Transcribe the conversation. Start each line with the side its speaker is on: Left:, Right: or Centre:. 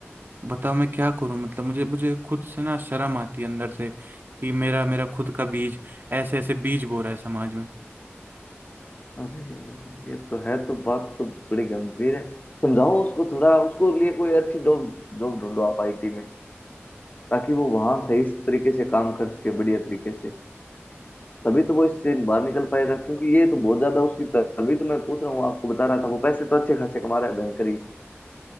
Right: बताओ मैं क्या करूं मतलब मुझे मुझे खुद से ना शर्म आती है अंदर से कि मेरा मेरा खुद का बीज ऐसे ऐसे बीज बो रहा है समाज में
Left: अरे ये तो है तो बात तो बड़ी गंभीर है समझाओ उसको थोड़ा उसको लिए कोई अच्छी जॉब जॉब ढूंढो आप आईटी में ताकि वो वहां सही तरीके से काम कर सके बढ़िया तरीके से तभी तो वो इससे बाहर निकल पाएगा क्योंकि ये तो बहुत ज्यादा उसकी तभी तो मैं पूछ रहा हूँ आपको बता रहा था वो पैसे तो अच्छे खासे कमा रहा है बैंकर ही